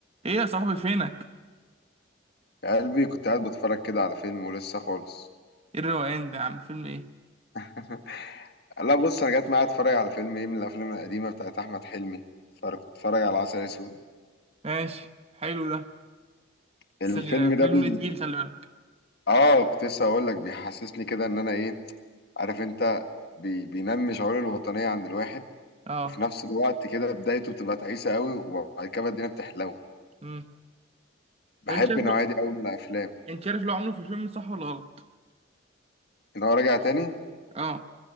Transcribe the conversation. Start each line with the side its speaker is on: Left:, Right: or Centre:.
Right: ايه يا صاحبي فينك
Left: يا قلبي كنت قاعد بتفرج كده على فيلم ولسه خالص
Right: ايه الروقان ده يا عم فيلم ايه
Left: <laughs> لا بص انا جت معايا اتفرج على فيلم ايه من الافلام القديمه بتاعت احمد حلمي فكنت اتفرج على عسل اسود
Right: ماشي حلو ده بس
Left: الفيلم
Right: آه، فيلم
Left: ده بي
Right: تقيل خلي بالك
Left: اه كنت لسه اقول لك بيحسسني كده ان انا ايه عارف انت بي... بينمي شعور الوطنيه عند الواحد
Right: اه
Left: وفي نفس الوقت كده بدايته بتبقى تعيسه قوي وبعد كده الدنيا بتحلو
Right: امم
Left: بحب
Right: طب انت شايف
Left: النوعيه
Right: لو
Left: دي قوي من الافلام
Right: انت شايف لو عمله في الفيلم صح ولا غلط
Left: ان هو راجع تاني
Right: اه